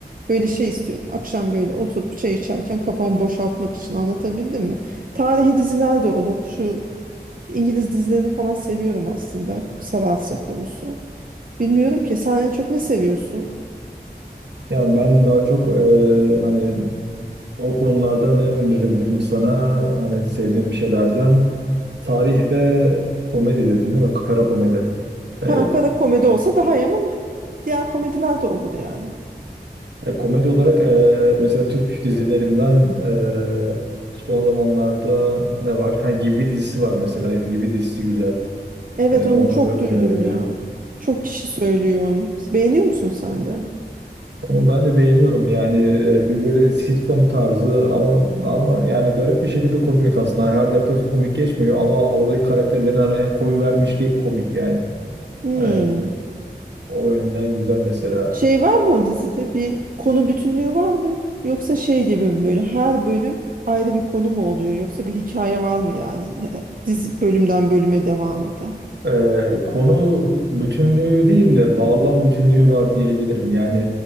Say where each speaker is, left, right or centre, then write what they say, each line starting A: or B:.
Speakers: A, on the right (about 55°); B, on the right (about 85°).
A: Böyle şey istiyorum. Akşam böyle oturup çay içerken kafamı boşaltmak için anlatabildim mi? Tarihi diziler de olur. Şu İngiliz dizilerini falan seviyorum aslında. Sararsa konusu. Bilmiyorum ki sen en çok ne seviyorsun?
B: Yani ben daha çok e, hani o konularda ne önerebilirim sana? Hani sevdiğim şeylerden tarih ve komedi dedim değil mi? Kara komedi. E,
A: Ha, kara komedi olsa daha iyi ama diğer komediler de olur yani.
B: e, komedi olarak e, mesela Türk dizilerinden e, son zamanlarda ne var? Ha, Gibi dizisi var mesela. Gibi dizisi güzel.
A: Evet
B: E,
A: onu
B: onu
A: çok
B: önerebilirim.
A: duydum ya. Çok kişi söylüyor onu. Beğeniyor musun sen de?
B: Onu ben de beğeniyorum yani e, bir böyle sitcom tarzı ama ama yani garip bir şekilde komik aslında. Her dakikası komik geçmiyor ama oradaki karakterlerin hani koyu vermişliği komik yani.
A: Hmm.
B: E, o yönden güzel mesela.
A: Şey var mı o dizide? Bir konu bütünlüğü var mı? Yoksa şey gibi mi böyle her bölüm ayrı bir konu mu oluyor? Yoksa bir hikaye var mı yani? <laughs> Dizi bölümden bölüme devam eden.
B: Ee, konu bütünlüğü değil de bağlam bütünlüğü var diyebilirim. Yani